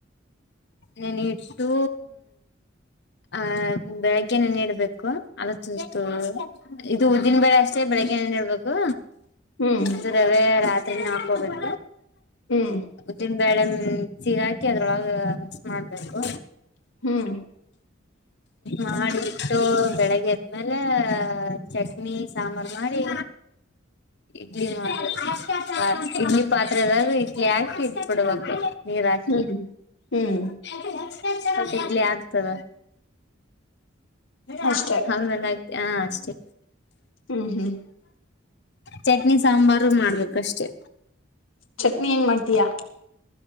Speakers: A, on the left; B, on the left.
A: ನನ ಇಟ್ಟು ಆ ಬೆಳಗ್ಗೆ ನೇನೀ ಇಡ್ಬೇಕು ಅದ ಚುಸ್ತು <unintelligible> ಇದು ಉದಿನ ಬೇಳೆ ಅಷ್ಟೇ ಬೆಳಿಗ್ಗೆಏನ್ ಇಡ್ಬೇಕು
B: ಹ್ಮ್
A: ಅದು ರವೆ ರಾತ್ <unintelligible> ತ್ತನ ಹಾಕೋಬೇಕು
B: ಹ್ಮ್
A: ಉದ್ದಿನ ಬೇಳೆ <unintelligible> ಚೀರ ಹಾಕಿ ಅದ್ರೊಳಗೆ ಮಾಡ್ಬೇಕು
B: ಹ್ಮ್
A: ಮಾಡಿ ಇಟ್ಟು ಬೆಳಗ್ಗೆದ್ಮೇಲೆ ಚಟ್ನಿ ಸಾಂಬಾರ್ ಮಾಡಿ ಇಡ್ಲಿ <unintelligible> ಇಡ್ಲಿ ಪಾತ್ರೆದಾಗೂ ಇಡ್ಲಿ ಹಾಕಿ ಎಟ್ಬಿಡಬೇಕು ನೀರಾಕಿ
B: ಹ್ಮ್ ಹ್ಮ್
A: ಟ್ಲಿ <unintelligible> ಆಗ್ತದ ಆ
B: ಅಷ್ಟೆ
A: <unintelligible> ಮೇಲೆ ಆಯ್ತು ಹ ಅಷ್ಟೇ
B: ಹ್ಮ್ ಹ್ಮ್
A: ಚಟ್ನಿ ಸಾಂಬಾರು ಮಾಡ್ಬೇಕಷ್ಟೇ
B: ಚಟ್ನಿ ಹೆಂಗ್ ಮಾಡ್ತೀಯಾ